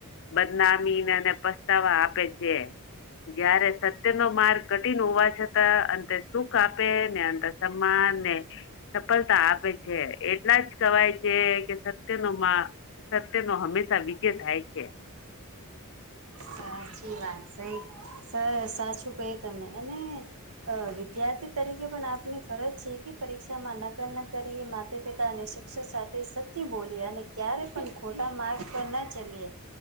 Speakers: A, on the left; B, on the right.
A: બદનામી ને પસ્તાવા આપે છે. જયારે સત્ય નો માર્ગ કઠિન હોવા છતાં અંતે સુખ આપે ને અંત તમાને સફળતા આપે છે એટલા જ કવાય છે કે સત્ય ન મા સત્ય નો હંમેશા વિજય થાય છે.
B: સાચી વાત સાઈ સર સાચું કઉ તમને અને અ વિદ્યાર્થી તરીકે પણ આપની ફરજ છે કે પરીક્ષામાં નકલ ન કરીએ માતા પિતા અને સાથે સત્ય બોલી અને ક્યારે પણ ખોટા માર્ગ પર ના ચલીએ